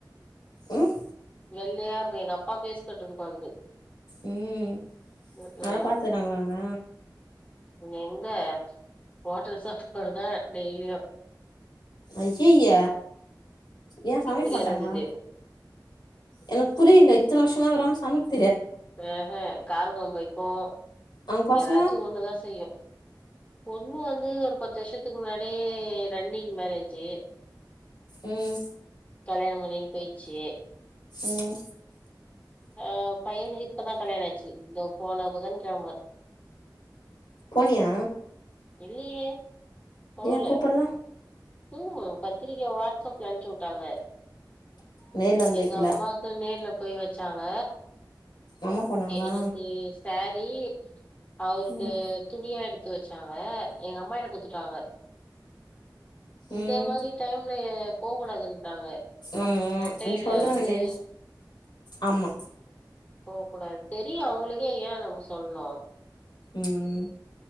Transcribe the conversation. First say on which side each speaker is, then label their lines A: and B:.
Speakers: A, on the left; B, on the left.
A: ம்
B: வெள்ளையா இருக்கு எங்க அப்பா பேஸ் கட்டு இருக்கு அதுக்கு
A: ம்
B: ம்
A: நல்லா
B: ம்
A: பாத்துக்குறாங்களா உன்ன
B: எங்க ஹோட்டல் சப்பாடு தா டெய்லியு
A: அய்யய்ய ஏன் சமைக்க
B: தெரியாது
A: மாட்டாங்களா
B: அதுக்கு
A: எனக்கு புரியல இத்தன வருஷமா கிறாங்க சமைக்
B: அஹ்ஹ காரக்கொழம்பு வெக்கும்
A: அவங்க பசங்க
B: ஏதாச்சும் ஒண்ணுதா செய்யும் பொண்ணு வந்து ஒரு பத்து வருஷத்துக்கு முன்னாடியே ரன்னிங் மேரேஜி
A: ம்
B: கல்யாணம் பண்ணின்னு போயிச்சி
A: ம்
B: ஆஹ் பையனுக்கு இப்பதா கல்யாணோ ஆச்சி இதோ போன புதன் கிழமை
A: போனியா
B: இல்லையே போல
A: ஏ கூப்பிட்ல
B: ம் பத்திரிக்கய வாட்ஸ் அப்ல அனுப்ச்சி உட்டாங்க
A: நேர்ல வந்து
B: எங்க
A: வைக்கல
B: அம்மாக்கு நேர்ல போய் வெச்சாங்க
A: அம்மா போனாங்களா
B: எனக்கு சாரி அவருக்கு
A: ம்
B: துணியா எடு எடுத்து வச்சாக எங்க அம்மாட்ட குடுத்துட்டாக இந்த
A: ம்
B: மாதிரி டைம்ல போக் கூடாதுன்ட்டாங்க
A: ஆமா
B: கடைல
A: நீ சொல்றேன்டி
B: வந்து
A: ஆமா
B: போக்கூடாது தெரியு அவுங்களுக்கே ஏ நம்ம சொல்ணு
A: ம்